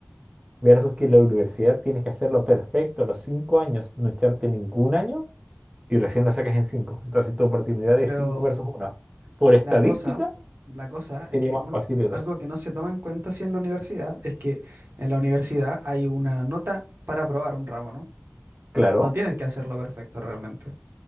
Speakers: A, on the right (about 25°); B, on the right (about 70°).
A: Versus que la universidad tienes que hacerlo perfecto a los cinco años, no echarte ningún año y recién la saques en cinco Entonces tu oportunidad
B: Pero
A: es 5 versus 1. Por estadística
B: la cosa, la cosa
A: sería
B: es que
A: más
B: un,
A: fácil el
B: algo
A: otro.
B: que no se toma en cuenta así en la universidad es que en la universidad hay una nota para aprobar un ramo, ¿no?
A: Claro,
B: No tienes que hacerlo perfecto realmente.